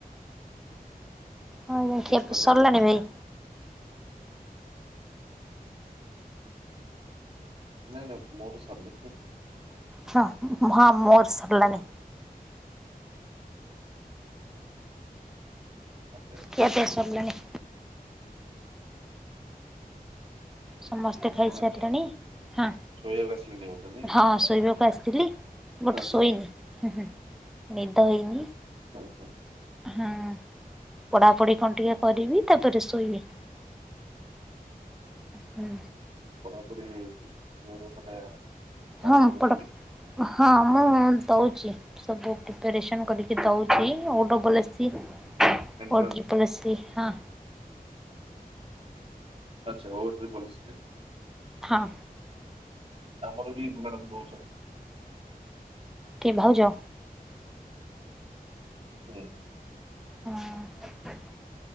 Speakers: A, in the centre; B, on the right.
A: ହଁ
B: ବ୍ୟସ୍ତ
A: ଖିଆପିଆ
B: ଅଛନ୍ତି
A: ସରିଲାଣି
B: କି?
A: ଭାଇ?
B: ନାଇଁ ନାଇଁ ମୋର ସବ
A: ହଁ ହଁ ମୋର ସରିଲାଣିି।
B: ଆଚ୍ଛା
A: କିଆ ପିଆ ସାରିଲାଣି। ସମସ୍ତେ ଖାଇସାରିଲେଣି
B: ଆଚ୍ଛା
A: ହଁ।
B: ଶୋଇବାକୁ ଆସିଲେଣି ବୋଧେ ନାଇଁ?
A: ହଁ ଶୋଇବାକୁ ଆସିଥିଲି ବଟ
B: ହଁ
A: ସୋଇନି
B: ହଁ
A: ଦଇନ।
B: ହଉ ସେ
A: ହୁଁ ପଢାପଢି କଣ ଟିକେ
B: ଆଚ୍ଛା
A: କରିବି ତାପରେ ସୋ ହୁଁ ହୁଁ।
B: ପଢ଼ାପଢ଼ି ମୁ ମାନେ କଣ
A: ହଁ
B: ପଢୁଛନ୍ତି
A: ପଡାପ
B: କି?
A: ହଁ ମୁ ହଉଚି ସବୁ ପ୍ରିପାରେସନ୍ କରିକି ଦଉଚି ଆଉ ଡବଲ୍ ଏସିି
B: ଏଣ୍ଟ୍ରାନ୍ସ
A: ଓଟ୍ରି ପଲଶ୍ରୀ ହଁ।
B: ଆଛାଓଟ୍ରିପଲିସି।
A: ହଁ,
B: ଆମର ବି ମୁନାରାମ ଦଉଛ।
A: କିଏ ଭାଉଜ?
B: ହୁଁ।
A: ହୁଁ ଉଁ